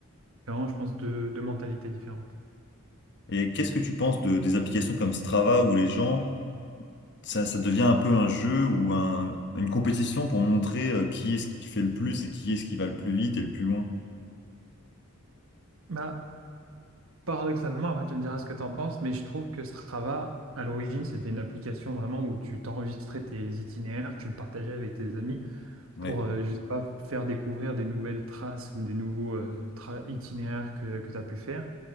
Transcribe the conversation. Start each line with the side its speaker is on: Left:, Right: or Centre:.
Right: C'est Vraiment, je pense deux, deux mentalités différentes.
Left: Et qu'est-ce que tu penses de, des applications comme Strava où les gens, ça, ça devient un peu un jeu ou un, une compétition pour montrer euh, qui est-ce qui fait le plus et qui est-ce qui va le plus vite et le plus loin?
Right: Bah, paradoxalement, après, tu me diras ce que tu en penses, mais je trouve que Strava, à l'origine, c'était une application vraiment où tu t'enregistrais tes itinéraires, tu le partageais avec tes amis.
Left: Ouais,
Right: pour, euh, je sais pas, faire découvrir des nouvelles traces ou des nouveaux euh, tra- itinéraires que, que tu as pu faire.